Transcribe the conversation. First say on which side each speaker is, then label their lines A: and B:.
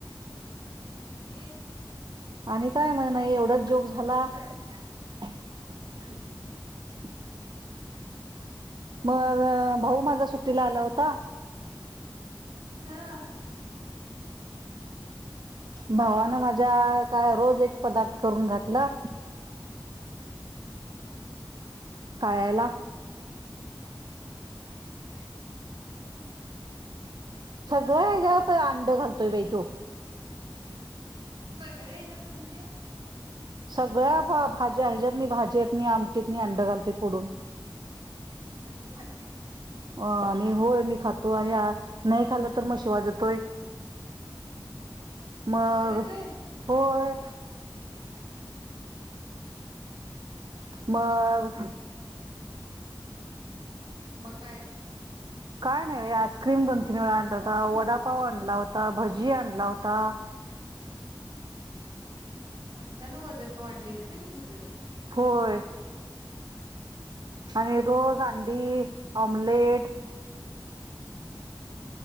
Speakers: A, on the right; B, on the right.
A: हम आणि
B: आणि काय मग नाही एवढचं जोक झाला. <unintelligible> <unintelligible> मग भाऊ माझ्या सुट्टीला आला होता.
A: हा
B: भावानं माझ्या काय रोज एक पदार्थ करून घातलं खायला.
A: ह्
B: सगळं हेच्यात अंड घाल घालतोय बाई तो.
A: सगळ्यां ह्याच्यात म्हणजे?
B: सगळ्या फाब भाजी हेज्यात नी भाज्यातंनी आमटीतनी अंड घालतोय फोडून
A: आणि तू खाततीस,
B: अ आणि होय मी खातोय आणि नाही खालो तर मग शिवा देतोय. मग
A: शिवाय देतोय
B: होय मग
A: मग काय?
B: काय नाही बाई, आस्क्रीम दोन तीन वेळा आणला होता वडापाव आणला होता भजी आणला होता-
A: म्हणतांना वजन वाढलेलं कणी तूझं?
B: होय आणि रोज अंडी ऑमलेट